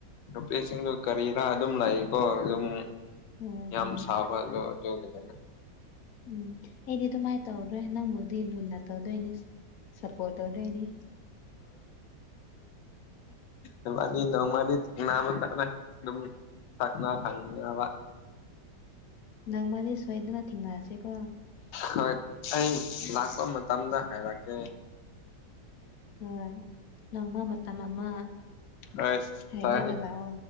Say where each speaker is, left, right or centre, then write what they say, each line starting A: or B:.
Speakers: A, on the left; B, on the left.
A: ꯅꯨꯄꯤꯁꯤꯡꯗꯨ ꯀꯔꯤꯔꯥ ꯑꯗꯨꯝ ꯂꯥꯛꯏꯀꯣ ꯑꯗꯨꯝ
B: ꯍꯣꯏ
A: ꯌꯥꯝ
B: ꯍꯣꯏ
A: ꯁꯥꯕꯗꯣ ꯑꯗꯨꯒꯤꯅꯤꯅ
B: ꯎꯝ ꯑꯩꯗꯤ ꯑꯗꯨꯃꯥꯏꯅ ꯇꯧꯔꯗ꯭ꯔꯣꯏ ꯅꯪꯕꯨꯗꯤ ꯂꯨꯟꯅ ꯇꯧꯗꯣꯏꯅꯤ ꯁꯞꯄꯣꯔꯠ ꯇꯧꯗꯣꯏꯅꯤ
A: ꯑ ꯃꯥꯅꯤ ꯅꯣꯡꯃꯔꯤ ꯅꯥꯕ ꯇꯔꯦ ꯑꯗꯨꯝꯅꯥ ꯈꯪꯕ
B: ꯅꯪ ꯃꯔꯤ ꯁꯣꯏꯗꯅ ꯊꯦꯡꯅꯔꯁꯤꯦꯀꯣ
A: ꯍꯣꯏ ꯑꯩ ꯂꯥꯛꯄ ꯃꯇꯝꯗ ꯍꯥꯏꯔꯛꯀꯦ
B: ꯍꯣꯏ ꯅꯣꯡꯃ ꯃꯇꯝ ꯑꯃ
A: ꯑꯩ
B: ꯍꯥꯏꯔꯒ
A: ꯆ
B: ꯂꯥꯛꯑꯣ